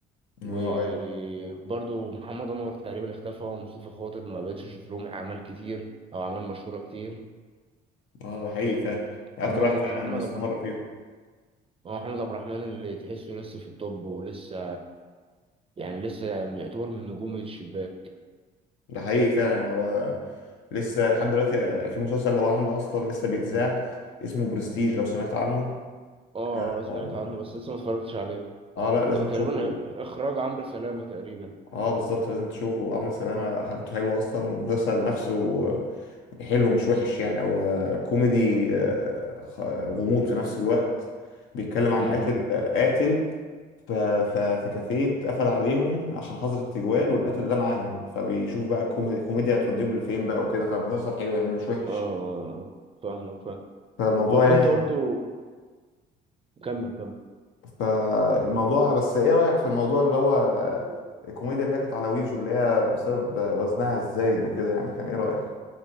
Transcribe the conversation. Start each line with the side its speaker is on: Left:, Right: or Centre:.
Left: اه
Right: وبرضو
Left: ايوه
Right: محمد انور تقريبا اختفى مصطفى خاطر ما بقتش اشوف لهم اعمال كتير او اعمال مشهوره كتير
Left: اه ده حقيقي فعلا يعني
Right: اما
Left: اكتر واحد
Right: أما
Left: فعلا
Right: محمد
Left: مستمر
Right: عبد الرحمن
Left: فيهم
Right: أما محمد عبد الرحمن اللي تحسه لسه في الطب ولسه يعني لسه يعتبر من نجوم الشباك
Left: ده حقيقي فعلا يعني هو لسه لحد دلوقتي في مسلسل هو عامله اصلا لسه بيتذاع اسمه برستيج لو سمعت عنه
Right: اه
Left: اه
Right: اه سمعت عنه بس لسه ما اتفرجتش عليه
Left: آه، لا لازم
Right: ت- تقريبا
Left: تشوفه
Right: اخراج عمرو سلامه تقريبا
Left: اه بالظبط لازم تشوفه عمرو سلامه حاجته حلوه اصلا والمسلسل نفسه حلو مش وحش يعني هو كوميدي آه، خ- غموض في نفس الوقت بيتكلم عن
Right: امم
Left: قاتل قاتل ف- ف- في كافيه اتقفل عليهم عشان حظر التجوال والقاتل ده معاهم فبيشوف بقى الكوميدي الكوميديا هتوديهم لفين بقى وكده فالمسلسل حلو يعني مش وحش
Right: اه آه، آه، فاهمك فاهم
Left: فالموضوع
Right: طب
Left: يعني
Right: انت برضو كمل
Left: فالموضوع بس ايه رأيك في الموضوع اللي هو
Right: كمل
Left: الكوميديا اللي هي كانت على ويجو اللي هي بسبب وزنها الزايد وكده يعني كان ايه رأيك؟